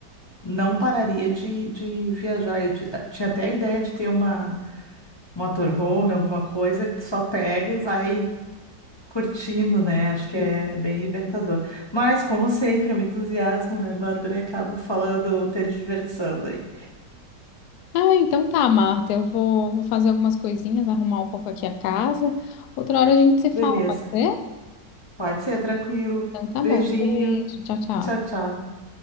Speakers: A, on the left; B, on the left.
A: não pararia de, de viajar. Eu ti- tinha até a ideia de ter uma motorhome, alguma coisa que tu só pega e vai curtindo, né? Acho que
B: sim.
A: é bem libertador. Mas, como sempre, eu me entusiasmo, né, Bárbara? E acabo falando, ter diversão aí.
B: Ah, então tá, Marta. Eu vou, vou fazer algumas coisinhas, arrumar um pouco aqui a casa. Outra hora a gente se fala,
A: Beleza,
B: pode ser?
A: pode ser, tranquilo.
B: Então tá
A: Beijinho.
B: bom. Beijo, tchau, tchau.
A: Tchau, tchau.